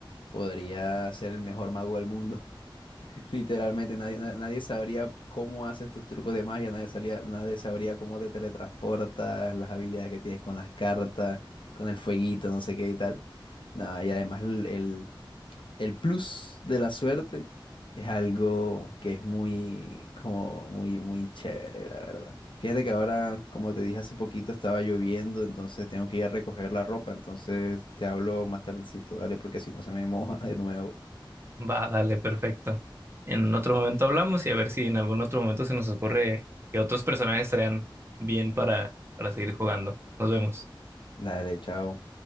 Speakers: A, on the left; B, on the right.
A: podrías ser el mejor mago del mundo. <laughs> Literalmente nadie, na- nadie sabría cómo haces tus trucos de magia, nadie sabría, nadie sabría cómo te teletransportas, las habilidades que tienes con las cartas, con el fueguito, no sé qué y tal. No, y además el, el- el plus de la suerte es algo que es muy, como, muy, muy chévere, la verdad. Fíjate que ahora, como te dije hace poquito, estaba lloviendo, entonces tengo que ir a recoger la ropa, entonces te hablo más tardecito, dale, porque si no se me moja de nuevo.
B: va, dale, perfecto. En otro momento hablamos y a ver si en algún otro momento se nos ocurre que otros personajes estarían bien para, para seguir jugando. Nos vemos.
A: Dale, chao.